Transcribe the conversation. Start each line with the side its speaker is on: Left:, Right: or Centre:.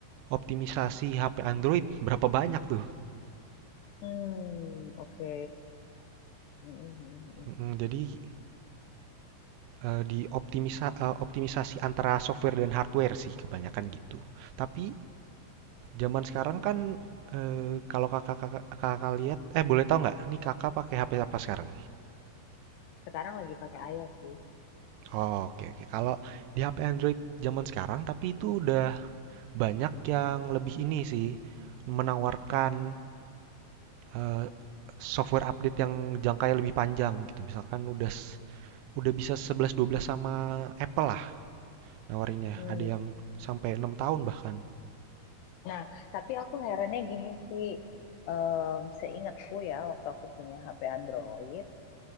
Right: optimisasi HP Android berapa banyak tuh.
Left: Hmm, oke. Hmm, hmm, hmm, hmm.
Right: Mm, jadi eh, di optimisa- eh, optimisasi antara software dan hardware sih kebanyakan gitu. Tapi zaman sekarang kan eh, kalau kakak-kakak kakak kakak lihat eh boleh tahu nggak nih kakak pakai HP apa sekarang?
Left: Sekarang lagi pakai iOS sih.
Right: Oh, oke oke. Kalau di HP Android zaman sekarang tapi itu udah banyak yang lebih ini sih menawarkan eh, software update yang jangkanya lebih panjang gitu. Misalkan udah udah bisa sebelas dua belas sama Apple lah nawarinnya.
Left: Hmm.
Right: Ada yang sampai 6 tahun bahkan.
Left: Nah, tapi aku herannya gini sih. Em, seingatku ya, waktu aku punya HP Android,